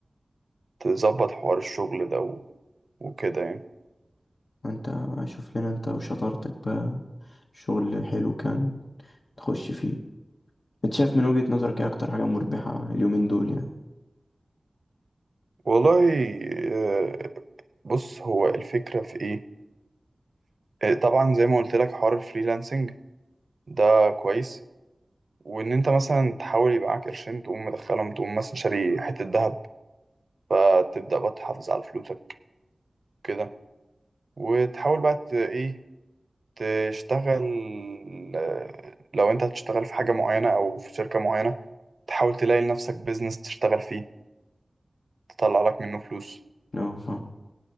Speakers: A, on the right (about 60°); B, on the left (about 70°).
A: تظبط حوار الشغل ده و- وكده يعني
B: انت شوف لنا انت وشطارتك بقى شغل حلو كان تخش فيه انت شايف من وجهة نظرك ايه اكتر حاجة مربحة اليومين دول يعني
A: والله آه، بص هو الفكرة في ايه آه، طبعا زي ما قلت لك حوار الفريلانسنج ده كويس وان انت مثلا تحاول يبقى معاك قرشين تقوم مدخلهم تقوم مثلا شاري حتة ذهب فتبدأ بقى تحافظ على فلوسك كده وتحاول بقى ت- ايه تشتغل آه، لو انت هتشتغل في حاجة معينة او في شركة معينة تحاول تلاقي لنفسك بيزنس تشتغل فيه تطلع لك منه فلوس
B: اه فاهم